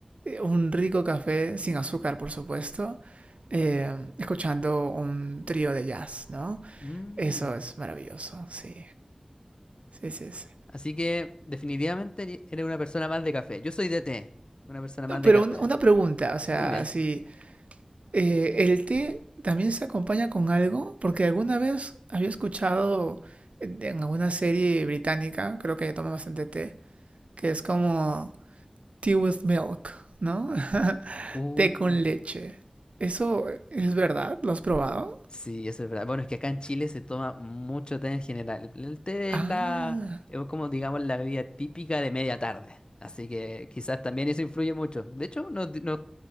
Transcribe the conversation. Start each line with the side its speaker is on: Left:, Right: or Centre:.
Right: un rico café sin azúcar, por supuesto, eh, escuchando un trío de jazz, ¿no?
Left: Mm.
Right: Eso es maravilloso, sí, sí, sí, sí.
Left: Así que definitivamente eri- eres una persona más de café. Yo soy de té, una persona más
Right: No, Pero
Left: de café.
Right: un- una pregunta, o sea,
Left: Dime.
Right: si eh, el té también se acompaña con algo, porque alguna vez había escuchado en en alguna serie británica, creo que toman bastante té, que es como tea with milk, ¿no? <laughs>
Left: Uh.
Right: Té con leche. ¿Eso es verdad? ¿Lo has probado?
Left: Sí, eso es verdad. Bueno, es que acá en Chile se toma mucho té en general. El el té
Right: Ah,
Left: es la, es como digamos la bebida típica de media tarde. Así que quizás también eso influye mucho. De hecho, nos, di- nos-